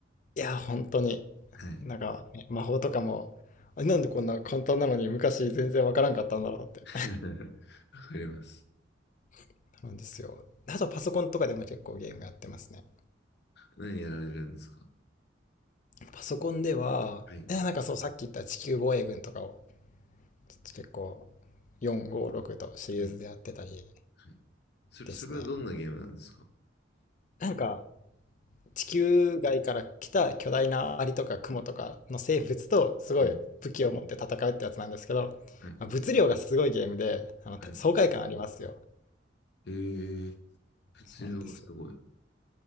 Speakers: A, on the left (about 45°); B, on the left (about 65°).
A: いや、本当に。
B: はい。
A: なんか、魔法とかも、あなんでこんな簡単なのに昔全然わからんかったんだろうって。
B: <laughs> わかります。
A: <laughs> なんですよ。あとパソコンとかでも結構ゲームやってますね。
B: 何やられるんですか
A: パソコンでは、
B: はい。
A: いやなんかそうさっき言った地球防衛軍とかをちょっと結構456とシリーズでやってたり
B: はい。はい。それ、
A: ですね。
B: それはどんなゲームなんですか
A: なんか地球外から来た巨大なアリとかクモとかの生物とすごい武器を持って戦うってやつなんですけど、
B: はい。はい。
A: まあ物量がすごいゲームであの爽快感ありますよ。
B: はい。えー、物量がすごい。
A: そうなんですよ。